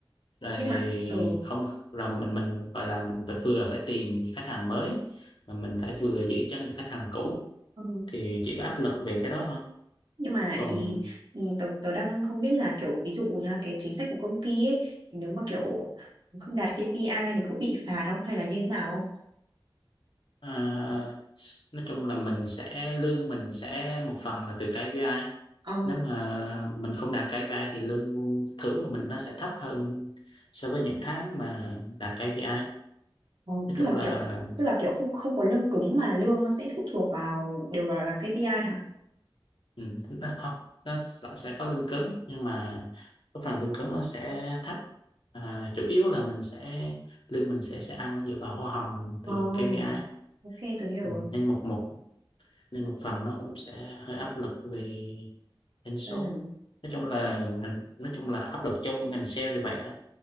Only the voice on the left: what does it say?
rồi
không là mình mình gọi là mình phải vừa phải tìm khách hàng mới mà mình phải vừa giữ chân được khách hàng cũ
thì chỉ có áp lực về cái đó thôi
còn
à, nói chung là mình sẽ lương mình sẽ một phần là từ KPI
nếu mà mình không đạt KPI thì lương thưởng của mình nó sẽ thấp hơn so với những tháng mà đạt KPI nói
chung
là
Ừ, thứ đó, không nó bạn sẽ có lương cứng nhưng mà cái phần lương cứng nó sẽ thấp à, chủ yếu là mình sẽ lương mình sẽ sẽ ăn dựa vào hoa hồng
thì KPI
ừ,
nên một một nên một phần nó cũng sẽ hơi áp lực về doanh số
nói chung là ngành nói chung là áp lực chung của ngành sale thì vậy thôi